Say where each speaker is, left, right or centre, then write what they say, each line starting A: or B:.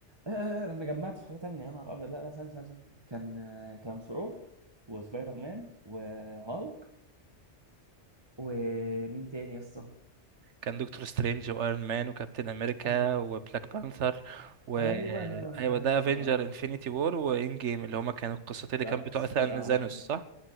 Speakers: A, on the right; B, on the right.
A: آه انا جمعت في حاجه تانية يا نهار ابيض لا لا استنى استنى استنى. كان آه كان ثور وسبايدر مان وهالك ومين تاني يا اسطى
B: كان دكتور سترينج وايرون مان وكابتن امريكا
A: اه
B: وبلاك بانثر و
A: ايوه هو
B: ايوه
A: ده
B: ده افنجر
A: هو
B: انفينيتي وور وان جيم اللي هما كانوا القصتين اللي
A: صراحه
B: كان بتوع ثانوس
A: صراحه
B: صح